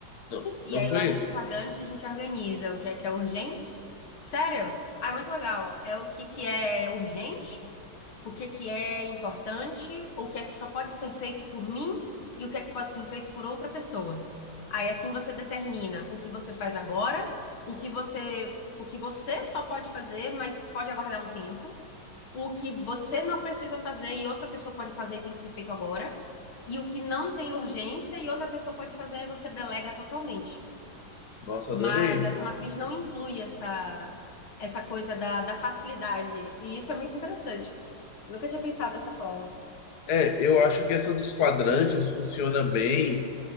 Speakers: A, on the left; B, on the left.
A: Não, não
B: e aí
A: conheço.
B: lá nesse quadrante a gente organiza o que é que é urgente. Sério? Ah, é muito legal. É o que que é urgente? o que que é importante, o que é que só pode ser feito por mim e o que é que pode ser feito por outra pessoa. Aí assim você determina o que você faz agora, o que você, o que você só pode fazer, mas pode aguardar um tempo, o que você não precisa fazer e outra pessoa pode fazer e tem que ser feito agora, e o que não tem urgência e outra pessoa pode fazer, aí você delega totalmente.
A: Nossa,
B: Mas
A: adorei.
B: essa matriz não inclui essa, essa coisa da, da facilidade. E isso é muito interessante. Eu nunca tinha pensado dessa forma.
A: É, eu acho que essa dos quadrantes funciona bem